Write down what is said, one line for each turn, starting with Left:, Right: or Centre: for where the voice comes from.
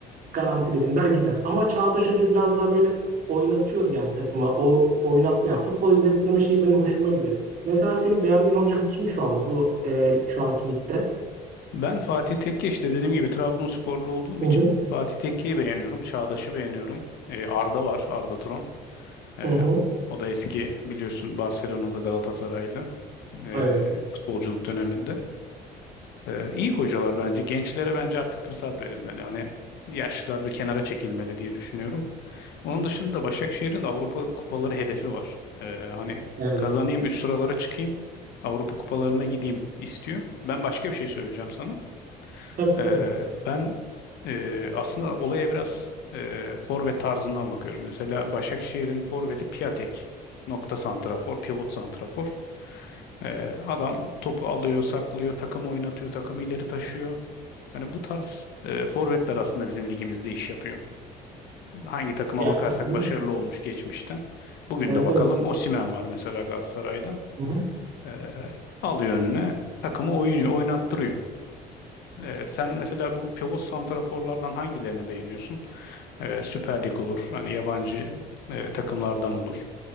Right: garantiledim der gider. Ama Çağdaş Hoca biraz daha böyle oynatıyordu yani takıma. O oynatmaya, futbol izlettirme şeyi benim hoşuma gidiyor. Mesela senin beğendiğin hoca kim şu anda bu e, şu anki ligde?
Left: Ben Fatih Tekke işte dediğim gibi Trabzonsporlu olduğum
Right: Hı
Left: için
Right: hı,
Left: Fatih Tekke'yi beğeniyorum. Çağdaş'ı beğeniyorum. Ee, Arda var. Arda Turan. Ee,
Right: hı hı.
Left: o da eski biliyorsun Barcelona'lı Galatasaraylı ee,
Right: Evet,
Left: futbolculuk döneminde. Ee, iyi hocalar bence. Gençlere bence artık fırsat verilmeli. Hani yaşlılar bir kenara çekilmeli diye düşünüyorum. Onun dışında Başakşehir'in de Avrupa kupaları hedefi var. Ee, hani
Right: evet.
Left: kazanayım üst sıralara çıkayım. Avrupa kupalarına gideyim istiyor. Ben başka bir şey söyleyeceğim sana.
Right: Tabii tabii.
Left: Ee, ben e, aslında olaya biraz e, forvet tarzından bakıyorum. Mesela Başakşehir'in forveti Piatek. Nokta santrafor, pivot santrafor. Ee, adam topu alıyor, saklıyor, takımı oynatıyor, takımı ileri taşıyor. Hani bu tarz e, forvetler aslında bizim ligimizde iş yapıyor. Hangi takıma
Right: Ya
Left: bakarsak
Right: katılıyorum.
Left: başarılı olmuş geçmişte. Bugün
Right: Evet,
Left: de bakalım
Right: evet.
Left: Osimhen var mesela Galatasaray'da.
Right: Hı hı.
Left: Ee, alıyor önüne takımı oynuyor, oynattırıyor. Ee, sen mesela bu pivot santraforlardan hangilerini beğeniyorsun? Ee, Süper Lig olur. Hani yabancı e, takımlardan olur.